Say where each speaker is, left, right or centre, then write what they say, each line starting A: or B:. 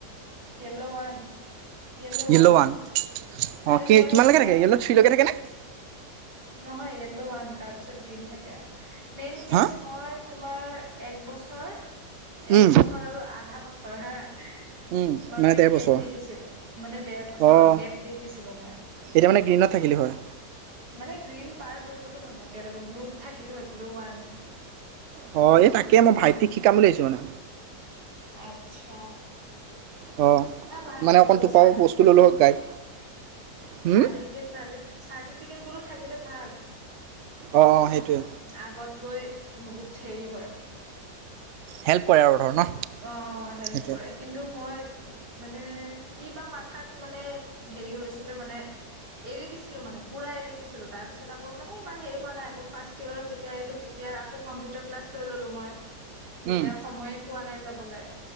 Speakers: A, on the right; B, on the right.
A: য়্ল'ৱান য়্ল'ৱান
B: য়েল্ল' ওৱান অঁ
A: আৰে
B: কি
A: মই
B: কিমানলৈকে
A: তোমাৰ
B: থাকে য়েল্ল' থ্ৰীলৈকে থাকেনে
A: নহয় য়্ল'ৱান তাৰ পিছত ত গ্ৰীণ থাকে মেইন কেছ
B: হা
A: মই তোমাৰ এক বছৰ এক
B: উম
A: বছৰ আৰু আধা বছৰ চৰহে
B: উম
A: তোমাৰ মানে
B: ডেৰ
A: গেপ
B: বছৰ
A: দি দিছিলো মানে ডেৰ বছৰ
B: অঁ
A: অ গেপ দি দিছিলো মই
B: এতিয়া মানে গ্ৰীণত থাকিলি হয়
A: মানে গ্ৰীণ পাৰ হৈ গ'লো হয় মই এতিয়ালৈকে ব্লুত থাকিলো হয় ব্লু ৱান
B: হয় এই তাকে মই ভাইটিক শিকাম বুলি ভাবিছোঁ মানে
A: আত্ছা
B: অঁ
A: ভাল
B: মানে
A: এইটো
B: অকণ টোপাও
A: চাৰটিফিকেট
B: বস্তু ল'লো হয় গাইড হুম
A: চাৰটিফিকেট চাৰটিফিকেট ক্ৰিকেট বোৰো থাকিলে ভাল।
B: অ অ সেইটোৱে
A: আগত গৈ বহুত হেৰি হয়
B: হেল্প কৰে আৰু ধৰ ন
A: অ হেল্প
B: সেইটোৱে
A: কৰে কিন্তু মই মানে কি বা মাথাত মানে হেৰি হৈছিলে মানে এৰি দিছিলো মানে পুৰা এৰি দিছিলো তাৰ পিছত আকৌ মানে ইমান হেৰি কৰা নাই আকৌ ফাৰ্ষ্ট ইয়েৰত যেতিয়া আহিলো তেতিয়া আকৌ কম্পিউটাৰ ক্লাছ লৈ ললো মই তেতিয়া
B: উম
A: সময়ে পোৱা নাই বলে